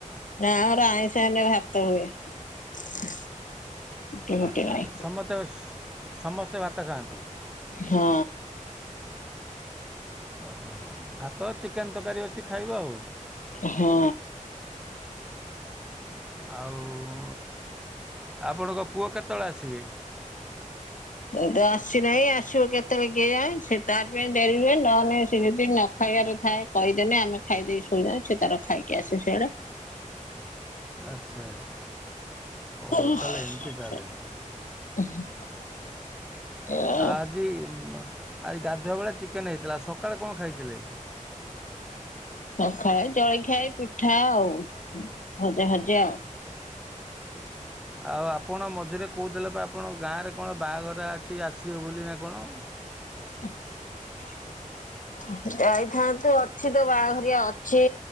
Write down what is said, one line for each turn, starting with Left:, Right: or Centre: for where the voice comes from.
Left: ନାଇଁ ଆମର ଆଇଁସ ହେଲେ, ଭାତ ହୁଏ। ରୁଟି ଫୁଟି
Centre: ଆଚ୍ଛା
Left: ନାହିଁ
Centre: ଆଚ୍ଛା। ସମସ୍ତେ-ସ- ସମସ୍ତେ ଭାତ ଖାଆନ୍ତି?
Left: ହଁ
Centre: ଓହୋ। ଭାତ ଚିକେନ୍ ତରକାରୀ ଅଛି ଖାଇବ ଆଉ।
Left: ହଁ।
Centre: ଆଉ, ଆପଣଙ୍କ ପୁଅ କେତେବେଳେ ଆସିବେ?
Left: ଏଇ ତ ଆସିନାହିଁ, ଆସିବ କେତେବେଳେ କେଜାଣି, ସେ ତାର ପାଇଁ ଡେରିବେ ନହେଲେ ସେ ଯଦି ନ ଖାଇବାରେ ଥାଏ କହିଦେଲେ, ଆମେ ଖାଇଦେଇ ଶୋଇ ଯାଉ, ସେ ତାର ଖାଇକି ଆସେ ସେଆଡେ!
Centre: ଆଚ୍ଛା ଆଚ୍ଛା ଓହୋ
Left: <unintelligible>
Centre: ତାହେଲେ ଏମିତି ତାହେଲେ
Left: <unintelligible> ଆଉ
Centre: ଆଜି ମ ଆଜି ଗାଧୁଆ ବେଳେ ଚିକେନ୍ ହେଇଥିଲା, ସକାଳେ କଣ ଖାଇଥିଲେ?
Left: ସଖାଳେ ଜଳଖିଆ ଏଇ ପିଠା ଆଉ ଭଜା, ଭଜା ଆଉ।
Centre: ଆଉ ଆପଣ ମଝିରେ କୋଉଥିଲେବା ଆପଣ ଗାଁରେ କଣ ବାଆଘରା ଅଛି ଆସିବେ ବୋଲି ନା କଣ?
Left: <unintelligible> ଯାଇଥାନ୍ତୁ, ଅଛି ତ ବାହାଘରିଆ ଅଛି,